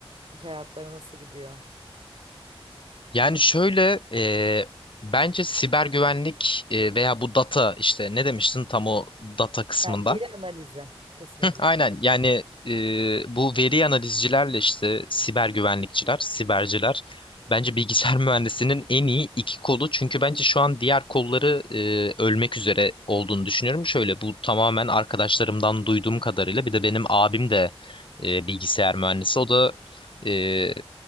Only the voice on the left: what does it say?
yani şöyle e, bence siber güvenlik e, veya bu data işte ne demiştin tam o data kısmında?
Aynen yani e, bu veri analizcilerle işte siber güvenlikçiler, siberciler bence bilgisayar <laughs> mühendisinin en iyi iki kolu. Çünkü bence şu an diğer kolları e, ölmek üzere olduğunu düşünüyorum. Şöyle bu tamamen arkadaşlarımdan duyduğum kadarıyla bir de benim abim de e, bilgisayar mühendisi. O da e,